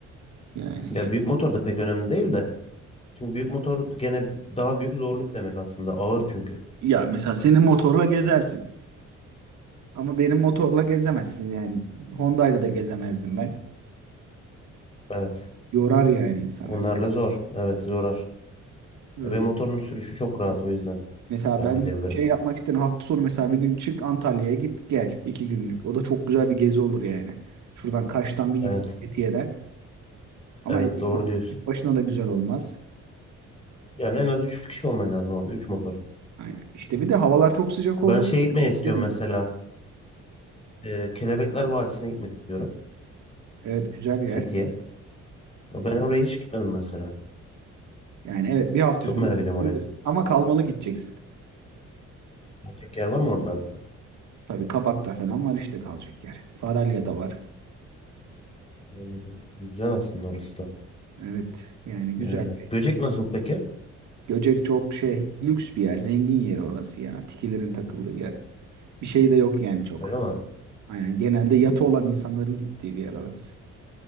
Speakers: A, on the right (about 70°); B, on the left (about 20°).
A: Yani
B: Ya
A: şimdi-
B: büyük motor da pek önemli değil de. Çünkü büyük motor gene daha büyük zorluk demek aslında. Ağır çünkü.
A: ya mesela senin motorla gezersin. Ama benim motorla gezemezsin yani. Honda'yla da gezemezdim ben.
B: Evet.
A: Yorar yani insana.
B: Onlarla zor. Evet zorar.
A: Öyle.
B: E, benim motorun sürüşü çok rahat o yüzden
A: Mesela
B: ben
A: ben
B: gidebilirim.
A: şey yapmak isterim hafta sonu mesela bir gün çık Antalya'ya git gel iki günlük. O da çok güzel bir gezi olur yani. Şuradan Kaş'tan bir
B: Evet.
A: gitsin Fethiye'den. Ama
B: Evet
A: ekip
B: doğru
A: ol-
B: diyorsun.
A: tek başına da güzel olmaz.
B: Yani en az 3 kişi olman lazım orada. 3 motor.
A: Aynen. İşte bir de havalar çok sıcak
B: Ben
A: oldu.
B: şeye gitmeyi istiyorum
A: Geri dön.
B: mesela. E, Kelebekler Vadisi'ne gitmek istiyorum.
A: Evet güzel bir
B: Fethiye.
A: yer.
B: Ben oraya hiç gitmedim mesela.
A: Yani evet bir hafta
B: Çok
A: sonu.
B: merak ediyorum
A: gidebiliriz.
B: oraya.
A: Ama kalmalı gideceksin.
B: Gidecek yer var mı orada?
A: Tabii Kabak'ta falan var işte kalacak yer. Faralya'da var.
B: Anladım. Güzel aslında orası da.
A: Evet yani güzel.
B: Yani
A: bir-
B: Göcek nasıl peki?
A: Göcek çok şey lüks bir yer. Zengin yeri orası ya. Tikilerin takıldığı bir yer. Bir şey de yok yani çok.
B: Öyle mi?
A: Aynen genelde yatı olan insanların gittiği bir yer orası.